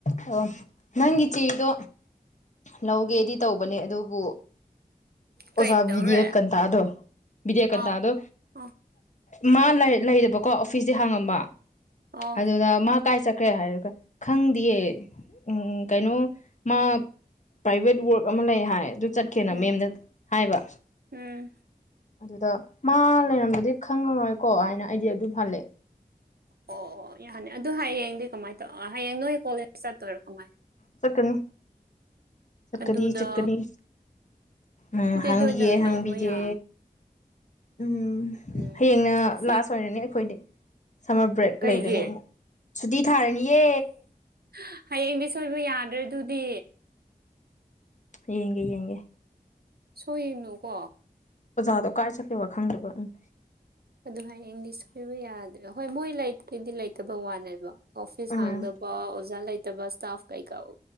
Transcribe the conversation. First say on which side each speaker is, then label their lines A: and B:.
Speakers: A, on the left (about 50°); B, on the right (about 85°).
A: ꯑꯣ ꯅꯪꯒꯤ ꯆꯦꯗꯣ ꯂꯧꯒꯦꯗꯤ ꯇꯧꯕꯅꯦ ꯑꯗꯨꯕꯨ ꯑꯣꯖꯥ
B: ꯀꯩꯗꯧꯔꯦ
A: ꯕꯤꯗꯤꯌꯦꯀꯟꯇꯥꯗꯣ ꯕꯤꯗꯤꯌꯦꯀꯟꯇꯥꯗꯣ
B: ꯑꯥꯎ ꯑꯥꯎ
A: ꯃꯥ ꯂꯩ ꯂꯩꯕꯀꯣ ꯑꯣꯐꯤꯁꯇꯤ ꯍꯥꯡꯉꯝꯕ
B: ꯑꯥꯎ
A: ꯑꯗꯨꯗ ꯃꯥ ꯀꯥꯏ ꯆꯠꯈ꯭ꯔꯦ ꯍꯥꯏꯔ ꯈꯪꯗꯤꯌꯦ ꯎꯡ ꯀꯩꯅꯣ ꯃꯥ ꯄ꯭ꯔꯥꯏꯚꯦꯠ ꯋꯥꯔꯛ ꯑꯃ ꯂꯩ ꯍꯥꯏ ꯑꯗꯨ ꯆꯠꯈꯦꯅ
B: ꯎꯝ
A: ꯃꯦꯝꯗ ꯍꯥꯏꯕ
B: ꯎꯝ
A: ꯑꯗꯨꯗ ꯃꯥ ꯂꯩꯔꯝꯗꯗꯤ ꯈꯪꯉꯔꯣꯏꯀꯣ ꯍꯥꯏꯅ ꯑꯩꯗꯤ ꯑꯗꯨꯝ ꯍꯜꯂꯦ
B: ꯑꯣ ꯌꯥꯅꯤ ꯑꯗꯨ ꯍꯌꯦꯡꯗꯤ ꯀꯃꯥꯏ ꯇꯧ ꯍꯌꯦꯡ ꯅꯣꯏ ꯀꯣꯂꯦꯖ ꯆꯠꯇꯣꯏꯔꯣ ꯀꯃꯥꯏꯅ
A: ꯆꯠꯀꯅꯤ ꯆꯠꯀꯅꯤ
B: ꯑꯗꯨꯗ
A: ꯆꯠꯀꯅꯤ ꯎꯝ
B: ꯑꯗꯨꯗꯤ
A: ꯍꯥꯡꯗꯤꯒꯦ
B: ꯑꯗꯨꯗ
A: ꯍꯥꯡꯕꯤꯒꯦ
B: ꯂꯧꯕ ꯌꯥ
A: ꯎꯝ
B: ꯎꯝ
A: ꯍꯌꯦꯡꯅ
B: ꯑꯁꯤ
A: ꯂꯥꯁ ꯑꯣꯏꯔꯅꯤ ꯑꯩꯈꯣꯏꯗꯤ ꯁꯝꯃꯔ ꯕ꯭ꯔꯦꯛ
B: ꯀꯩꯒꯤ
A: ꯂꯩꯔꯅꯤ ꯑꯃꯨꯛ ꯁꯨꯇꯤ ꯊꯥꯔꯅꯤꯌꯦ
B: ꯍꯍ ꯍꯌꯦꯡꯗꯤ ꯁꯣꯏꯕ ꯌꯥꯗ꯭ꯔꯦꯗꯨꯗꯤ
A: ꯌꯦꯡꯒꯦ ꯌꯦꯡꯒꯦ
B: ꯁꯣꯏꯌꯦꯅꯨꯀꯣ
A: ꯑꯣꯖꯥꯗꯣ ꯀꯥꯏ ꯆꯠꯀꯦꯕ ꯈꯪꯗꯕ ꯎꯪ
B: ꯑꯗꯨ ꯍꯌꯦꯡꯗꯤ ꯁꯣꯏꯕ ꯌꯥꯗ꯭ꯔꯦ ꯍꯣꯏ ꯃꯣꯏ ꯂꯩ ꯑꯗꯨꯏꯗꯤ ꯂꯩꯇꯕ ꯋꯥꯅꯦꯕ ꯑꯣꯐꯤꯁ
A: ꯎꯝ
B: ꯍꯥꯡꯗꯕ ꯑꯣꯖꯥ ꯂꯩꯇꯕ ꯏꯁꯇꯥꯐ ꯀꯩꯀꯥ ꯑꯣ